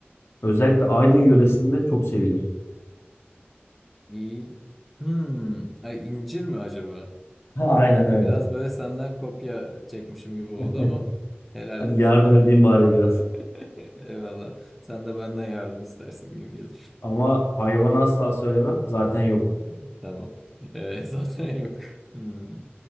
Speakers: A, on the left; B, in the centre.
A: Özellikle Aydın yöresinde çok sevilir.
B: İyi. Hmm. Ay, incir mi acaba?
A: <laughs> Aynen öyle.
B: Biraz böyle senden kopya çekmişim gibi oldu
A: <laughs>
B: ama helal
A: Hadi
B: et.
A: yardım edeyim bari biraz.
B: <laughs> Eyvallah. Sen de benden yardım istersin gün gelir.
A: Ama hayvanı asla söylemem. Zaten yok.
B: <laughs> Tamam. Ee, <laughs> zaten yok. Hmm.